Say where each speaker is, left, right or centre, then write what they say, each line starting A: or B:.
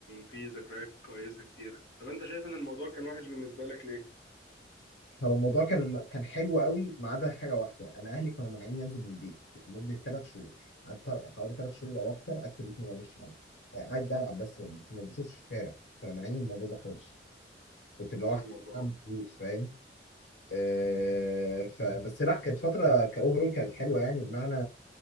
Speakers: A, on the left (about 65°); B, on the left (about 80°).
A: فيه ذكريات كويسة كتير طب انت شايف ان الموضوع كان وحش بالنسبة لك ليه؟
B: هو الموضوع كان كان حلو قوي ما عدا حاجه واحده انا اهلي كانوا مانعيني انزل من البيت لمده ثلاث شهور قعدت حوالي ثلاث شهور او اكتر قعدت في البيت ما بعملش حاجه يعني قاعد بلعب بس يعني ما بشوفش الشارع كانوا مانعيني من الموضوع ده خالص كنت لوحدي
A: فاهمك اه
B: بعمل فلوس فاهم آه فبس لا كانت فتره كاوفرول كانت حلوه يعني بمعنى